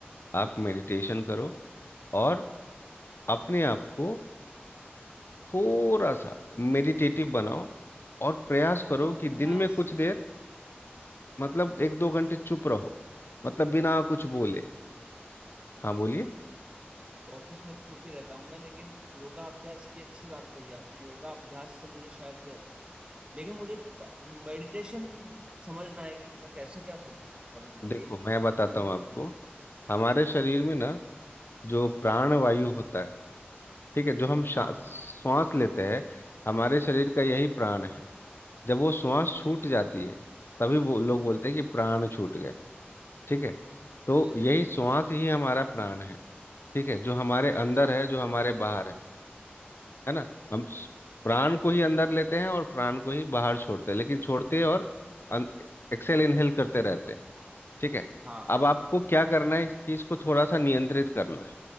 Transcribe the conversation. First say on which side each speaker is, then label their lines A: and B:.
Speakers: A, on the left; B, on the right.
A: आप मेडिटेशन करो और अपने आप को थोड़ा सा मेडिटेटिव बनाओ और प्रयास
B: योगा
A: करो
B: अभ्यास
A: कि दिन में कुछ देर मतलब एक दो घंटे चुप रहो मतलब बिना कुछ बोले हाँ बोलिए
B: ऑफिस में तो चुप ही रहता हूँ मैं लेकिन योगा अभ्यास की अच्छी बात कही आपने योगा अभ्यास से मुझे शायद लेकिन मुझे मेडिटेशन समझना है कि मैं कैसे क्या स- करूँ यार
A: देखो
B: ये
A: मैं बताता
B: ऑनलाइन
A: हूँ
B: कुछ
A: आपको
B: देख
A: हमारे
B: हाँ
A: शरीर में ना जो प्राण वायु होता है ठीक है जो हम शा-
B: हाँ
A: श्वास
B: हाँ
A: लेते हैं हमारे शरीर का यही प्राण है जब वो श्वास छूट जाती है तभी वो लोग बोलते हैं कि प्राण छूट गए ठीक है तो
B: ये
A: यही
B: सही है
A: श्वास ही हमारा प्राण है ठीक है जो हमारे
B: अच्छा
A: अंदर
B: अच्छा
A: है जो हमारे बाहर है है ना हम स- प्राण को ही अंदर लेते हैं और प्राण को ही बाहर छोड़ते हैं लेकिन छोड़ते और एक्सेल इनहेल करते रहते हैं ठीक है
B: हाँ
A: अब आपको क्या करना है कि इसको थोड़ा सा नियंत्रित करना है